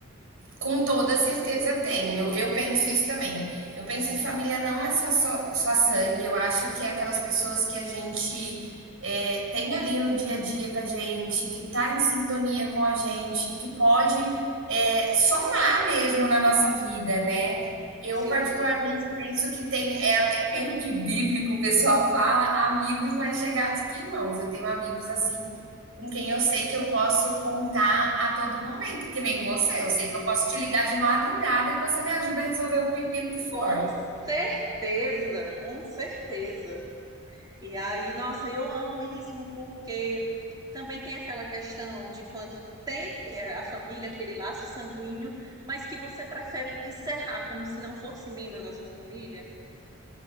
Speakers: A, on the right (about 70°); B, on the right (about 20°).
A: Com toda certeza tem. Eu, eu penso isso também. Eu penso que família não é só, só, só sangue. Eu acho que é aquelas pessoas que a gente é, tem ali no dia a dia com a gente, que está em sintonia com a gente, que pode é, somar mesmo na nossa vida, né? Eu,
B: Sim,
A: particularmente, penso que tem, é até meio que bíblico, o pessoal fala, amigos mais chegados que irmãos. Eu tenho amigos assim com quem eu sei que eu posso contar a todo momento, que nem você. Eu sei que eu posso te ligar de madrugada que você me ajuda a resolver o pepino que for.
B: com certeza, com certeza. E aí, nossa, eu amo isso porque também tem aquela questão de quando tem é, a família, aquele laço sanguíneo, mas que você prefere encerrar como se não fosse membro da sua família.